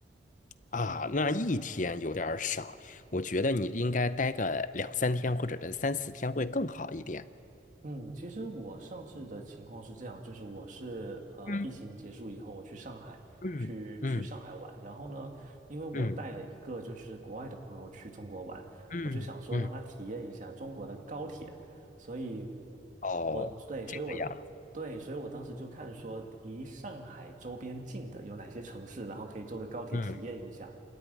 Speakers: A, on the left; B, on the right.
A: 啊，那一天有点儿少，我觉得你应该待个两三天，或者是三四天会更好一点。
B: 嗯，其实我上次的情况是这样，就是我是呃疫情结束以后，
A: 嗯
B: 我去上海去去上海玩，
A: 嗯嗯
B: 然后呢，因为我带了一个就是国外的朋友去中国玩，
A: 嗯嗯嗯，
B: 我就想说让他体验一下中国的高铁，所以
A: 哦，
B: 我对，所以我对，
A: 这个样，
B: 所以我当时就看说离上海周边近的有哪些城市，然后可以坐个高铁体验一下。
A: 嗯。